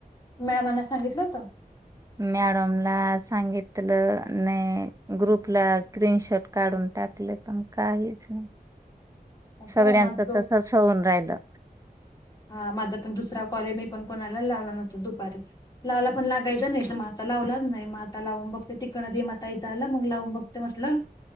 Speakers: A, on the left; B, on the right.
A: मॅमांना सांगितलं होत.
B: मॅडमला सांगितलं नाही ग्रुपला स्क्रीनशॉट काढून टाकले, पण काहीच नाही
A: अस
B: सगळ्यांच
A: माझ दोन
B: तसच होऊन राहिलं
A: हा माझा पण दुसरा कॉले मी पण कोणाला लावलं नव्हतं दुपारी लावला पण कोणाला लावला नव्हता मी दुपारी? लावला तर लागायचा नाही. तर मग आता लावलाच नाही मग आता लावून बघते टिकणार <unintelligible> माताईच आलं मग लावून बघते म्हटलं.